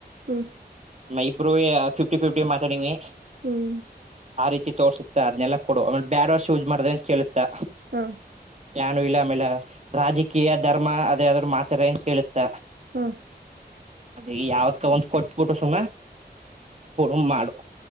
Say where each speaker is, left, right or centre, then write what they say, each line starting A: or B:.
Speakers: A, on the right; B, on the right.
A: ಹ್ಮ
B: ನ ಇಬ್ರು ಫಿಫ್ಟಿ ಫಿಫ್ಟಿ ಮಾತಾಡ ನೀವಿ
A: ಹಾಂ
B: ಆ ರೀತಿ ತೋಸುತ್ತತ್ತ ಅದನ್ನನೆಲ್ಲ ಕೊಡು ಆಮೇಲೆ ಬ್ಯಾಡ್ ವರ್ಷ ಯೂಸ್ ಮಾಡಿದ್ರ ಕೇಳುತ್ತಾ
A: ಹಾ
B: ನಾನು ಇಲ್ಲ ಆಮೇಲೆ ರಾಜಕೀಯ ಧರ್ಮ ಅದ ಯದ್ರರು ಮಾತ್ರರೆ ಅ ಕೇಳುತ್ತ
A: ಹಾ
B: ಅದ ಯಾವತ್ಕ ಒಂದ್ ಕೊಟ್ಬಿಟ್ಟು ಸುಮ್ಮ ಪೆ ಮಾಡು